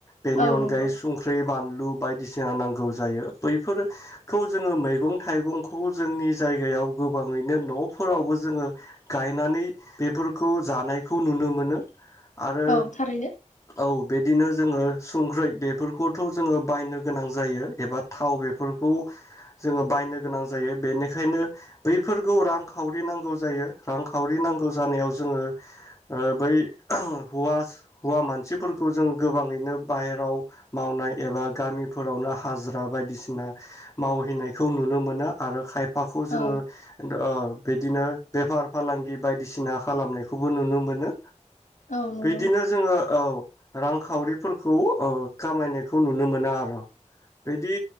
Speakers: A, on the left (about 25°); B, on the left (about 80°).
A: बेनि
B: औ
A: अनगायै
B: नंगौ
A: संख्रि बानलु लु बायदिसिना नांगौ जायो बैफोरखौ जोङो मैगं थाइगंखौ जोंनि जायगायाव गोबाङैनो न'फोरावबो जोङो गायनानै बेफोरखौ जानायखौ नुनो मोनो। आरो
B: औ थारैनो।
A: औ बिदिनो जोङो संख्रै बेफोरखौथ' जोङो बायनो गोनां जायो एबा थाव बेफोरखौ जोङो बायनो गोनां जायो बेनिखायनो बैफोरखौ रांखावरि नांगौ जायो रांखावरि नांगौ जानायाव जोङो ओ बै हौवा हौवा मानसिफोरखौ जों गोबाङैनो बाहेराव मावनाय एबा गामिफोरावनो हाजिरा बायदिसिना मावहैनायखौ नुनो मोनो आरो खायफा फाखौ जोङो
B: औ
A: ओ बिदिनो बेफार फालांगि बायदिसिना खालामनायखौबो नुनो मोनो। मोनो
B: औ नंगौ
A: बिदिनो। औ रांखावरिफोरखौ खामायनायखौ नुनो मोना आरो बिदि